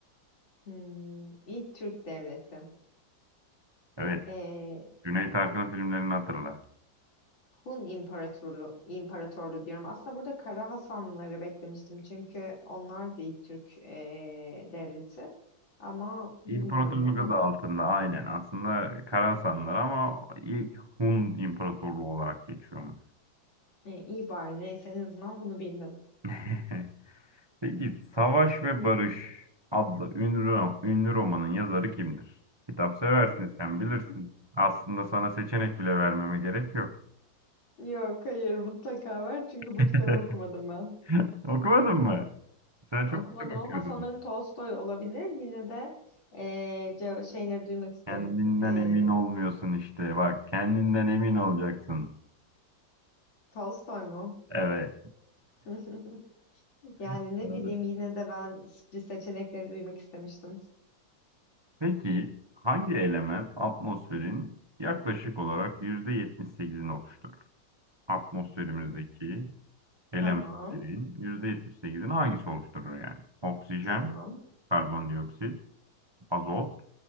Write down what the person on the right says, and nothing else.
Evet.
Cüneyt Arkın'ın filmlerini hatırla.
İmparatorluk
adı altında aynen. Aslında Karasanlar ama ilk Hun İmparatorluğu olarak geçiyormuş.
<laughs> Peki Savaş ve Barış adlı ünlü, ro- ünlü romanın yazarı kimdir? Kitap seversin
sen bilirsin. Aslında sana seçenek bile vermeme gerek yok.
<laughs>
Okumadın mı? Sen
çok kitap okuyordun.
Kendinden
emin olmuyorsun işte. Bak kendinden emin olacaksın.
Evet.
<laughs>
Doğru.
Peki hangi element atmosferin yaklaşık olarak yüzde yetmiş sekizini oluşturur? Atmosferimizdeki
elementlerin
yüzde yetmiş sekizini hangisi oluşturur yani? Oksijen,
karbondioksit, azot,